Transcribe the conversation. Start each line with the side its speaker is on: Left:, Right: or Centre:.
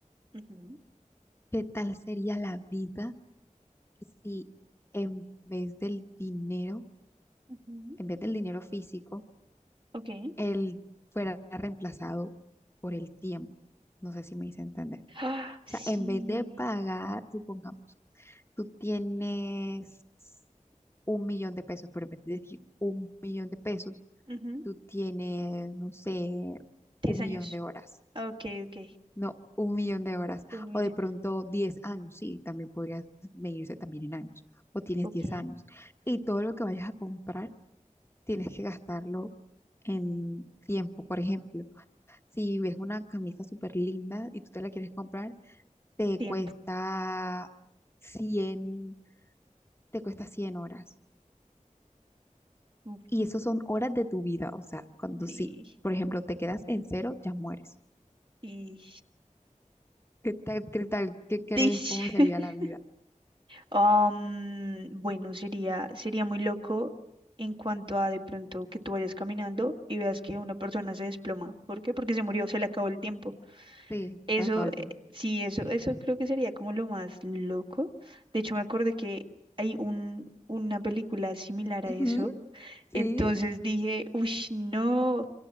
Right: Ujú,
Left: qué tal sería la vida si en vez del dinero,
Right: ujú,
Left: en vez del dinero físico,
Right: Ok. <gasps>
Left: él fuera reemplazado por el tiempo. No sé si me hice entender.
Right: Ah,
Left: O
Right: sí.
Left: sea, en vez de pagar, supongamos, tú tienes un millón de pesos, pero en vez de decir un millón de pesos,
Right: Ujú,
Left: tú tienes, no sé,
Right: 10
Left: un
Right: años.
Left: millón de horas.
Right: Ah, Ok, ok.
Left: No, un millón de horas.
Right: Un millón.
Left: O de pronto 10 años, sí, también podrías medirse también en años. O tienes
Right: Ok.
Left: 10 años. Y todo lo que vayas a comprar, tienes que gastarlo en tiempo. Por ejemplo, si ves una camisa súper linda y tú te la quieres comprar, te
Right: Tiempo.
Left: cuesta 100 te cuesta 100 horas.
Right: Uf,
Left: Y eso son horas de tu vida. O sea, cuando
Right: sí.
Left: sí, por ejemplo, te quedas en cero, ya mueres.
Right: Y.
Left: ¿Qué tal? ¿Qué tal? ¿Qué crees?
Right: Dish.
Left: ¿Cómo sería
Right: <laughs>
Left: la vida?
Right: Am, bueno, sería, sería muy loco en cuanto a de pronto que tú vayas caminando y veas que una persona se desploma. ¿Por qué? Porque se murió, se le acabó el tiempo.
Left: Sí,
Right: Eso,
Left: se le acabó el tiempo.
Right: eh, sí, eso, eso creo que sería como lo más loco. De hecho, me acordé que hay un, una película similar a
Left: Ujú,
Right: eso Entonces
Left: sí,
Right: dije, uy, no,